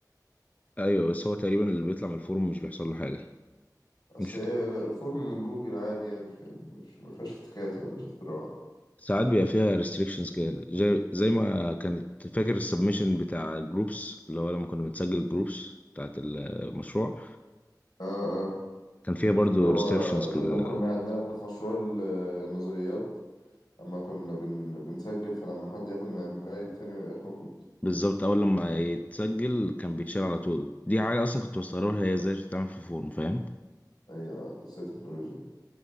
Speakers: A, on the left (about 20°); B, on the left (about 70°).
A: ايوه بس هو تقريبا اللي بيطلع من الفورم مش بيحصل له حاجه
B: اصل
A: مش
B: هي الفورم من جوجل عادي يعني فاهم مش ما فيهاش افتكاسة مش اختراع اه
A: ساعات بيبقى فيها ريستريكشنز كده زي زي ما كانت فاكر السبمشن بتاع جروبس اللي هو لما كنا بنسجل جروبس بتاعت المشروع
B: اه
A: كان فيها برضو
B: اللي هو
A: ريستريكشنز كده
B: لما كنا عندنا في مشروع ال- آه، النظريات اما كنا بن... بنسجل فلما حد ياخد معماري التاني ما يبقاش موجود
A: بالظبط اول لما يتسجل كان بيتشال على طول دي حاجه اصلا كنت بستغربها هي ازاي بتتعمل في فورم فاهم
B: ايوه لسه تكنولوجيا